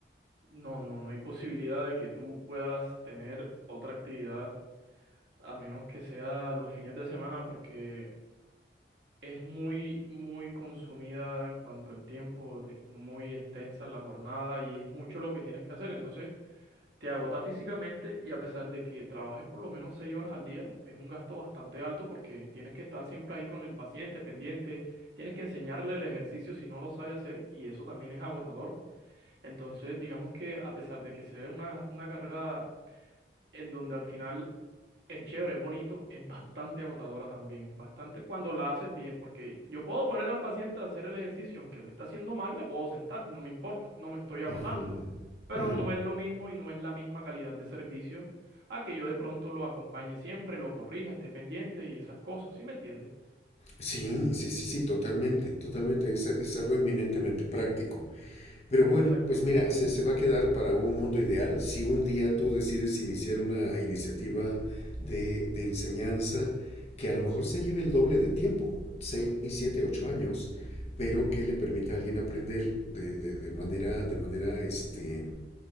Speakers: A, on the right; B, on the left.
A: No, no, no hay posibilidad de que tú puedas tener otra actividad a menos que sea los fines de semana porque Es muy, muy consumida en cuanto al tiempo, es muy extensa la jornada y es mucho lo que tienes que hacer. Entonces, te agota físicamente y a pesar de que trabajes por lo menos seis horas al día, es un gasto bastante alto porque tienes que estar siempre ahí con el paciente pendiente, tienes que enseñarle el ejercicio si no lo sabe hacer y eso también es agotador. Entonces, digamos que a pesar de que sea una, una carrera en donde al final es chévere, es bonito, es bastante agotadora también, bastante cuando la haces bien, porque yo puedo poner al paciente a hacer el ejercicio, aunque lo está haciendo mal, me puedo sentar y no me importa, no me estoy agotando,
B: Ujú,
A: pero
B: ujú.
A: no es lo mismo y no es la misma calidad de servicio a que yo de pronto lo acompañe siempre, lo corrija, esté pendiente y esas cosas, ¿sí me entiendes?
B: Sí, sí, sí, sí, totalmente, totalmente. Es, es algo eminentemente práctico. Pero
A: Exacto,
B: bueno, pues mira, se, se va a quedar para un mundo ideal si un día tú decides iniciar una iniciativa de, de enseñanza que a lo mejor se lleve el doble de tiempo, 6 7 8 años, pero que le permita a alguien aprender de, de- de manera, de manera, este,